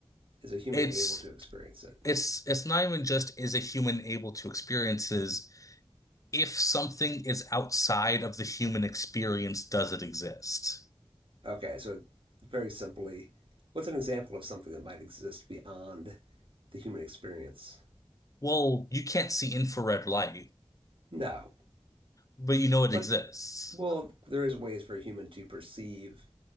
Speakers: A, on the right; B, on the left.
A: Is a human
B: it's
A: able to experience it?
B: it's it's not even just is a human able to experiences if something is outside of the human experience, does it exist?
A: Okay. So very simply, what's an example of something that might exist beyond the human experience?
B: Well, you can't see infrared light,
A: No.
B: but you know it
A: But
B: exists.
A: well, there is ways for a human to perceive